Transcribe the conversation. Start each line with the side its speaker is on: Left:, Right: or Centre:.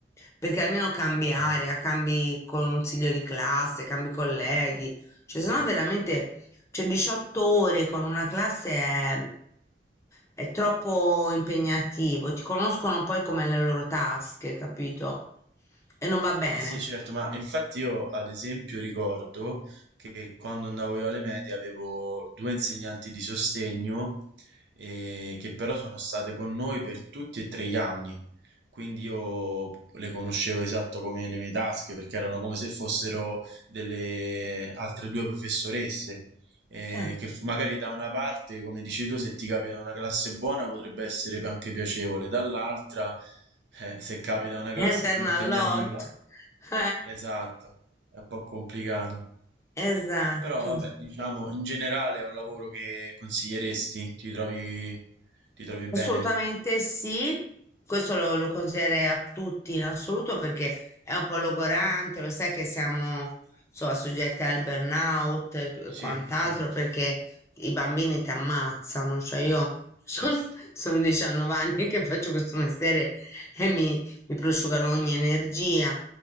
Left: perché almeno cambi
Right: Ok.
Left: area, cambi consiglio di classe, cambi colleghi, cioè
Right: mhm.
Left: sennò veramente, cioè 18 ore con una classe è... È troppo impegnativo, ti conoscono poi come le loro tasche, capito? E non va bene.
Right: Eh sì, certo, ma infatti io ad esempio ricordo che quando andavo io alle medie avevo due insegnanti di sostegno eh, che però sono state con noi per tutti e tre gli anni, quindi io le conoscevo esatto come le mie tasche perché erano come se fossero delle altre due professoresse eh,
Left: Cioè.
Right: che f- magari da una parte, come dici tu, se ti capita una classe buona potrebbe essere anche piacevole, dall'altra, eh, se capita una classe
Left: Interna
Right: più impegnativa,
Left: all'otto. <laughs>
Right: esatto, è un po' complicato.
Left: Eh, esatto,
Right: Però vabbè, diciamo, in generale è un lavoro che consiglieresti, ti trovi, ti trovi bene?
Left: assolutamente sì. Questo lo, lo consiglierei a tutti in assoluto perché è un po' logorante, lo sai che siamo insomma soggetti al burnout e tu- e
Right: Sì,
Left: quant'altro
Right: certo,
Left: perché i bambini ti ammazzano. Cioè io sono,
Right: sì.
Left: <laughs> sono 19 anni che faccio questo mestiere e mi, mi prosciugano ogni energia.